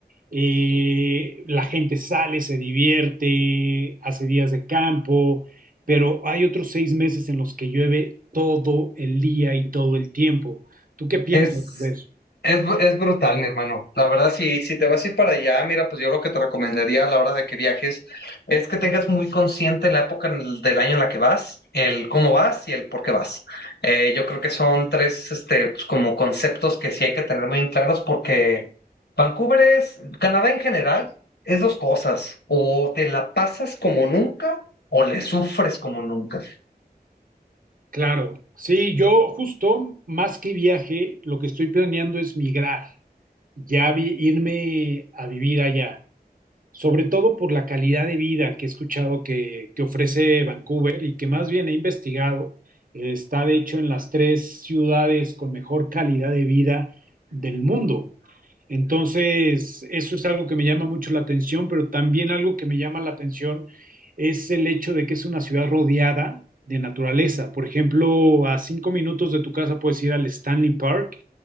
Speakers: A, on the right; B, on the left.
A: eh, la gente sale, se divierte, hace días de campo, pero hay otros seis meses en los que llueve todo el día y todo el tiempo. ¿Tú qué piensas
B: Es,
A: de eso?
B: es, br- es brutal, mi hermano. La verdad, si, si te vas a ir para allá, mira, pues yo lo que te recomendaría a la hora de que viajes es que tengas muy consciente la época en el- del año en la que vas, el cómo vas y el por qué vas. Eh, yo creo que son tres, este, pues, como conceptos que sí hay que tener muy claros porque Vancouver es, Canadá en general, es dos cosas. O te la pasas como nunca o le sufres como nunca.
A: Claro, sí, yo justo más que viaje, lo que estoy planeando es migrar, ya vi- irme a vivir allá sobre todo por la calidad de vida que he escuchado que, que ofrece Vancouver y que más bien he investigado. Eh, Está de hecho en las tres ciudades con mejor calidad de vida del mundo. Entonces, eso es algo que me llama mucho la atención, pero también algo que me llama la atención es el hecho de que es una ciudad rodeada de naturaleza. Por ejemplo, a cinco minutos de tu casa puedes ir al Stanley Park